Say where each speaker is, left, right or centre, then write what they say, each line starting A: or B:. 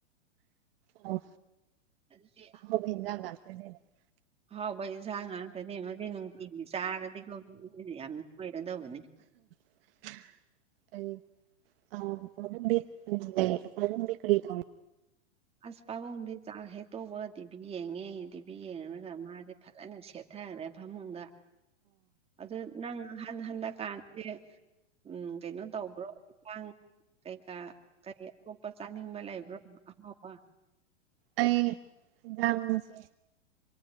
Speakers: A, on the right (about 50°); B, on the right (about 15°).
A: ꯑꯣ
B: ꯑꯗꯨꯗꯤ
A: ꯑꯕꯒꯥꯛ ꯀꯗꯅꯦ <inaudible>
B: ꯍꯍꯥꯎꯕ ꯌꯦꯟꯁꯥꯡ ꯉꯥꯛꯇꯅꯦ ꯑꯃꯗꯤ ꯅꯨꯡꯇꯤꯒꯤ ꯆꯥꯔꯗꯤꯀꯣ ꯌꯥꯝ ꯑꯣꯏꯔꯗꯧꯕꯅꯦ
A: ꯑꯔ <inaudible> ꯈ ꯊ <unintelligible>
B: ꯑꯁ ꯄꯥꯕꯨꯡꯗꯤ ꯆꯥꯛ ꯍꯦꯛ ꯇꯣꯛꯄꯒ ꯇꯤꯚꯤ ꯌꯦꯡꯉꯦ ꯇꯤꯚꯤ ꯌꯦꯡꯉꯨꯔꯒ ꯃꯥꯁꯦ ꯐꯖꯅ ꯁꯦꯠꯊ ꯍꯥꯏꯈ꯭ꯔꯦ ꯐꯃꯨꯡꯗ ꯑꯗꯨ ꯅꯪ ꯍ ꯍꯟꯗꯛꯀꯥꯟꯁꯦ ꯎꯝ ꯀꯩꯅꯣ ꯇꯧꯕ꯭ꯔꯣꯥꯡ ꯀꯩꯀꯥ ꯀꯩ ꯑꯇꯣꯞꯄ ꯆꯥꯅꯤꯡꯕ ꯂꯩꯕ꯭ꯔꯣ ꯑꯍꯥꯎꯕ
A: ꯑꯩ ꯥꯑꯦꯟꯍꯡ ꯁꯦ